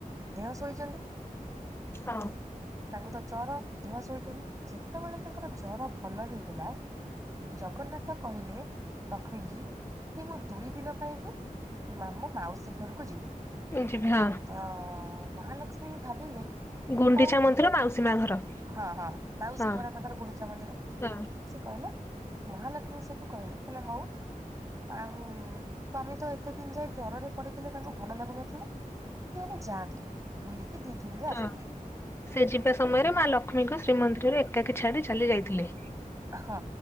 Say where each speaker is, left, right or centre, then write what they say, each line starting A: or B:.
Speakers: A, on the right; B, on the left.
A: ଦେଅଁ ଶୋଇଛନ୍ତି।
B: ହଁ।
A: ତାଙ୍କୁ ତ ଜର। ଦିଅଁ ସୋଇଛନ୍ତି ଯେତେବେଳେ ତାଙ୍କର ଜର ଭଲ ହେଇଗଲା। ଜଗନ୍ନାଥ କହିଲେ ଲକ୍ଷ୍ମୀ କି କି ମୁଁ ଦୁଇ ଦିନ ପାଇଁ କି ମାମ ମାଉସୀ ଘରକୁ ଯିବୁ
B: ଏ ଯିବି ହଁ
A: ତ ମହାଲକ୍ଷ୍ମୀ ଭାବିଲେ
B: ଗୁଣ୍ଡିଚା
A: ହଉ
B: ମନ୍ଦିର ମାଉସୀ ମା ଘର।
A: ହଁ ହଁ ମାଉଶୀ
B: ହଁ
A: ଘର ତାଙ୍କର ଗୁଣ୍ଡିଚା ମନ୍ଦିର।
B: ହଁ
A: ସେ କହିଲେ ମହାଲକ୍ଷ୍ମୀ ସେଠୁ କହିଲେ କହିଲେ ହଉ ଆଉ ସ୍ଵାମୀ ତ ଏତେ ଦିନ ଯାଏ ଜରରେ ପଡିଥିଲେ ତାଙ୍କୁ ଭଲ ଲାଗୁନଥିଲା ସିଏ ଏବେ ଯାଆନ୍ତୁ ବୁଲିକି ଦିଇ ଦିନରେ
B: ହଁ।
A: ଆସିବେ।
B: ସେ ଯିବା ସମୟରେ ମା ଲକ୍ଷ୍ମୀଙ୍କୁ ଶ୍ରୀମନ୍ଦିରରେ ଏକାକୀ ଛାଡ଼ି ଚାଲି ଯାଇଥିଲେ।
A: ହଁ